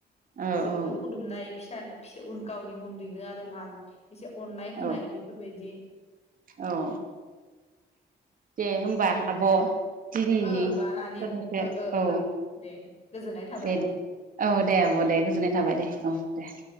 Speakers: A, on the right (about 50°); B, on the left (about 35°).
A: औ
B: गिदिरखो
A: औ
B: खुलुमनाय फिसा नो फिसौ उन गावनि उन्दैनो आरो मान एसे अननाय होनाय
A: औ
B: बेफोरबायदि
A: औ
B: ओ
A: दे होनबा आब' दिनैनि
B: होमबा नानि
A: <unintelligible>
B: ओ ओ
A: औ
B: ओ दे गोजोननाय थाबाय
A: दे दे औ दे आब' दे गोजोननाय थाबाय दे औ दे। <inaudible>